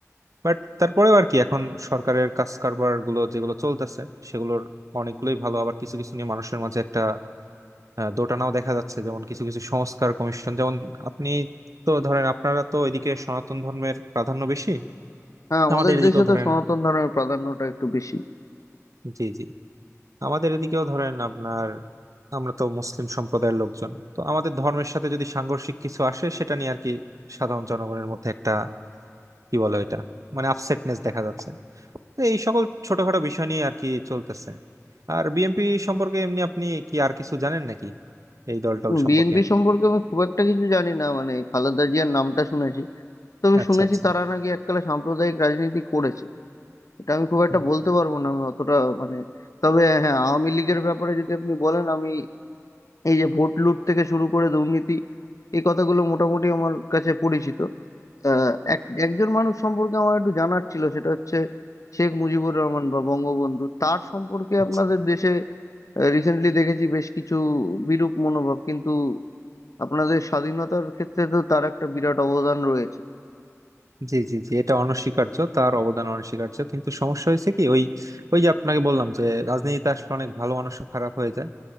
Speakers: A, on the right; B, on the left.
A: বাট তারপরেও আর কি এখন সরকারের কাজ কারবার গুলো যেগুলো চলতেছে সেগুলোর অনেকগুলোই ভালো আবার কিছু কিছু নিয়ে মানুষের মাঝে একটা আহ, দোটানাও দেখা যাচ্ছে যেমন কিছু কিছু সংস্কার কমিশন যেমন আপনি তো ধরেন আপনারা তো এদিকে সনাতন ধর্মের প্রাধান্য বেশি
B: হ্যাঁ আমাদের
A: আমাদের এদিকেও
B: দেশে তো
A: ধরেন
B: সনাতন ধর্মের প্রাধান্যটা একটু বেশি
A: জি জি আমাদের এদিকেও ধরেন আপনার আমরা তো মুসলিম সম্প্রদায়ের লোকজন তো আমাদের ধর্মের সাথে যদি সাংঘর্ষিক কিছু আসে সেটা নিয়ে আর কি সাধারণ জনগণের মধ্যে একটা কি বলে এটা মানে আপসেটনেস দেখা যাচ্ছে তো এই সকল ছোটখাটো বিষয় নিয়ে আর কি চলতেছে আর বিএনপি সম্পর্কে এমনি আপনি কি আর কিছু জানেন নাকি এই দল টল সম্পর্কে
B: বিএনপি সম্পর্কে আমি খুব একটা কিছু জানি না মানে খালেদা জিয়ার নামটা শুনেছি তবে
A: আচ্ছা
B: শুনেছি
A: আচ্ছা
B: তারা নাকি এককালে সাম্প্রদায়িক রাজনীতি করেছে এটা আমি খুব একটা
A: হুম,
B: বলতে পারবো না আমি অতটা মানে তবে হ্যাঁ আওয়ামী লীগের ব্যাপারে যদি আপনি বলেন আমি এই যে ভোট লুট থেকে শুরু করে দুর্নীতি এই কথাগুলো মোটামুটি আমার কাছে পরিচিত আহ, এক একজন মানুষ সম্পর্কে আমার একটু জানার ছিল সেটা হচ্ছে শেখ মুজিবুর রহমান বা বঙ্গবন্ধু তার সম্পর্কে
A: আচ্ছা
B: আপনাদের দেশে রিসেন্টলি দেখেছি বেশ কিছু বিরূপ মনোভাব কিন্তু আপনাদের স্বাধীনতার ক্ষেত্রে তো তার একটা বিরাট অবদান রয়েছে
A: জি জি জি এটা অনস্বীকার্য তার অবদান অনস্বীকার্য কিন্তু সমস্যা হয়েছে কি ওই ওই যে আপনাকে বললাম যে রাজনীতিতে আসলে অনেক ভালো মানুষও খারাপ হয়ে যায়